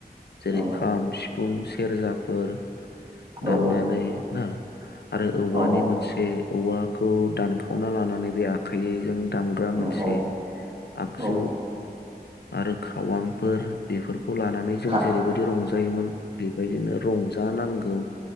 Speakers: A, on the left; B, on the right.
A: जेरै
B: औ
A: खाम सिफुं से सेरजाफोर
B: औ
A: दामना
B: औ
A: नै ना आरो औवानि
B: औ
A: मोनसे औवाखौ दानखावना लानानै बे आ खायनि जों दामग्रा
B: औ
A: मोनसे
B: औ
A: आगजु
B: औ
A: आरो खावांफोर बेफोर खौ लानानै जों
B: खा
A: जेरैबायदि रंजायोमोन बे बायदिनो रंजा नांगौ